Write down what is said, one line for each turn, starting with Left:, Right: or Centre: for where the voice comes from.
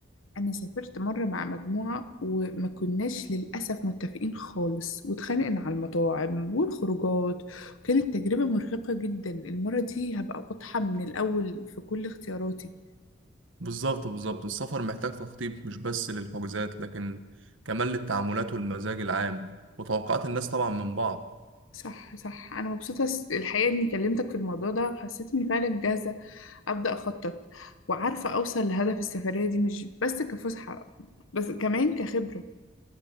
Left: أنا سافرت مرة مع مجموعة وما كناش للأسف متفقين خالص واتخانقنا على المطاعم والخروجات وكانت تجربة مرهقة جدا المرة دي هبقى واضحة من الأول في كل اختياراتي
Right: بالظبط بالظبط السفر محتاج تخطيط مش بس للحجوزات لكن كمان للتعاملات والمزاج العام وتوقعات الناس طبعا من بعض
Left: صح صح أنا مبسوطة الحقيقة إني كلمتك في الموضوع ده حسيت إني فعلا جاهزة أبدأ أخطط وعارفة أوصل لهدف السفرية دي مش بس كفسحة بس كمان كخبرة